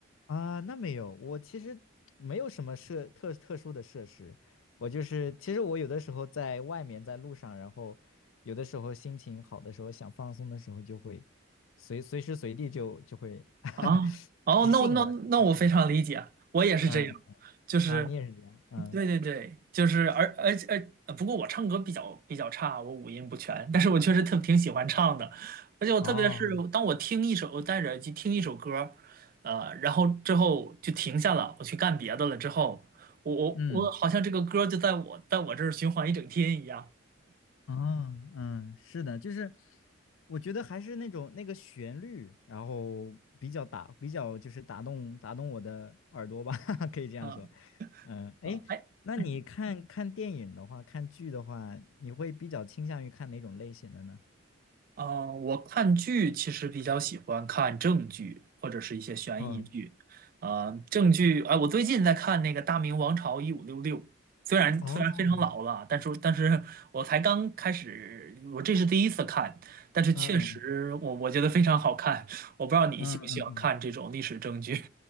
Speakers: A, on the left; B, on the right.
A: 啊，那没有，我其实没有什么设特特殊的设施，我就是其实我有的时候在外面在路上，然后有的时候心情好的时候想放松的时候，就会随随时随地就就会 <laughs>
B: 啊，哦，
A: 即兴而即兴而
B: 那我那那我非常理解，我也是这样，
A: 嗯
B: 就是，
A: 啊，你也是这样嗯
B: 对对对，就是，而而且而，呃不过我唱歌比较比较差，我五音不全，但是我确实特挺喜欢唱的，而且我特别是当我听一首，
A: 哦
B: 我戴着耳机听一首歌，呃，然后之后就停下了，我去干别的了之后，我我我好像这个歌就在我在我这儿循环一整天一样，
A: 嗯哦嗯是的，就是我觉得还是那种那个旋律，然后比较打比较就是打动打动我的耳朵吧，<laughs> 可以这样说。
B: 啊
A: 嗯，哎，
B: 啊，哎。
A: 那你看看电影的话，
B: 嗯
A: 看剧的话，你会比较倾向于看哪种类型的呢？
B: 啊，我看剧其实比较喜欢看正剧或者是一些悬疑剧。
A: 嗯，
B: 啊、正剧，哎、我最近在看那个《大明王朝一五六六》，虽然虽然非常老了，
A: 哦，
B: 但是但是我才刚开始，我这是第一次看，但是确实我我觉得非常好看。
A: 嗯嗯
B: 我不知道你喜不喜欢看这种历史正剧？
A: 嗯嗯，嗯